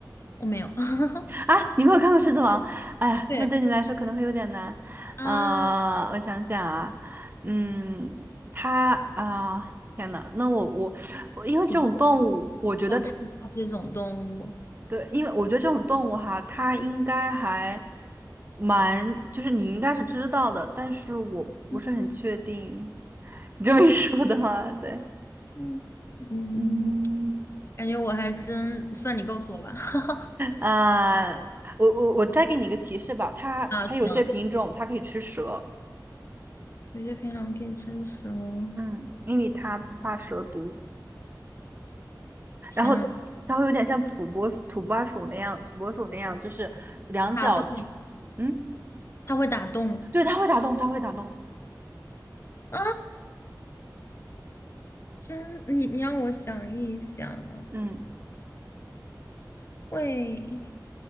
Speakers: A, on the left; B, on the right.
A: 我没有。<laughs>
B: 啊，你没有看过《狮子王》？哎呀，
A: 对
B: 那对你来说可能会有点难。
A: 啊，
B: 啊、
A: 我
B: 我想想啊，嗯，它啊、天呐，那我我我，因为这种动物，
A: 不
B: 我觉得
A: 我知道这种动物。
B: 对，因为我觉得这种动物哈，它应该还蛮，就是你应该是知道的，但是我不是很确定。
A: 嗯
B: 你这么一说的话，
A: 呃
B: 对，
A: 嗯嗯，
B: 嗯，
A: 感觉我还真算你告诉我吧。<laughs>
B: 啊、我我我再给你一个提示吧，它它有些品种它可以吃蛇。
A: 啊，行，有些品种可以生食哦。
B: 嗯，因为它不怕蛇毒，
A: 天啊，
B: 然后它会有点像土拨土拨鼠那样，土拨鼠那样，就是两脚，
A: 打洞，
B: 嗯，
A: 它会打洞
B: 对，它会打洞，它会打洞，
A: 啊！真，你你让我想一想啊
B: 嗯
A: 会